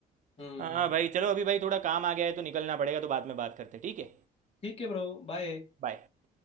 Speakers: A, on the left (about 35°); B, on the right (about 50°).
A: हम्म
B: हाँ भाई चलो अभी भाई थोड़ा काम आ गया है तो निकलना पड़ेगा तो बाद में बात करते हैं, ठीक है
A: ठीक है ब्रो बाय
B: बाय